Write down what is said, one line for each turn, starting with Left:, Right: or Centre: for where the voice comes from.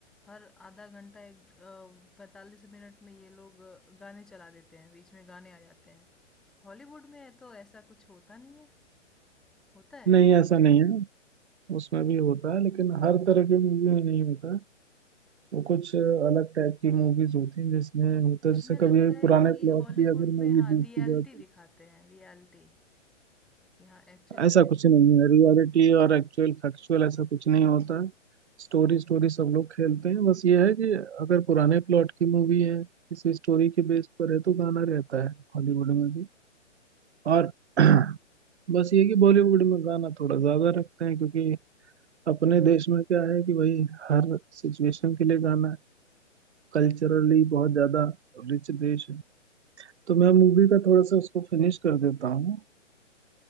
Centre: हर आधा घंटा एक पैंतालीस मिनट में ये लोग अ, गाने चला देते हैं बीच में गाने आ जाते हैं हॉलीवुड में तो ऐसा कुछ होता नहीं है होता है
Right: नहीं ऐसा नहीं है उसमें भी होता है लेकिन हर तरह की मूवी में नहीं होता है। वो कुछ अलग टाइप की मूवीज होती हैं जिसमें होता है
Centre: उसमें
Right: जैसे
Centre: लगता
Right: कभी
Centre: है
Right: पुराने
Centre: कि
Right: प्लॉट
Centre: हॉलीवुड
Right: भी अगर
Centre: में
Right: मूवी
Centre: हाँ
Right: देखी
Centre: रियलिटी
Right: जाए तो
Centre: दिखाते हैं रियलिटी कि हाँ एक्चुअल में
Right: ऐसा कुछ नहीं है रियलिटी और एक्चुअल फैक्चुअल ऐसा कुछ नहीं होता है स्टोरी स्टोरी सब लोग खेलते हैं बस ये है कि अगर पुराने प्लॉट की मूवी है किसी स्टोरी के बेस पर है तो गाना रहता है हॉलीवुड में भी और <clears throat> बस ये कि बॉलीवुड में गाना थोड़ा ज्यादा रखते हैं क्योंकि अपने देश में क्या है कि भाई हर सिचुएशन के लिए गाना है कल्चरली बहुत ज्यादा रिच देश है तो मैं मूवी का थोड़ा सा उसको फिनिश कर देता हूँ